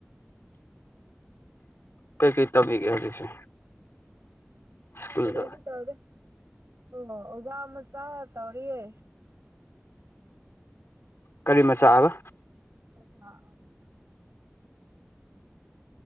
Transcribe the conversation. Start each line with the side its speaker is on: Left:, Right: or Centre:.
Left: ꯀꯩ ꯀꯩ ꯇꯧꯕꯤꯒꯦ ꯍꯧꯖꯤꯛꯁꯦ
Right: <unintelligible>
Left: ꯁ꯭ꯀꯨꯜꯗ
Right: ꯀꯩꯁꯨ ꯇꯧꯗꯦ ꯑꯣ ꯑꯣꯖꯥ ꯃꯆꯥ ꯇꯧꯔꯤꯌꯦ
Left: ꯀꯔꯤ ꯃꯆꯥꯑꯕ
Right: ꯑꯣꯖꯥ ꯑꯣꯖꯥ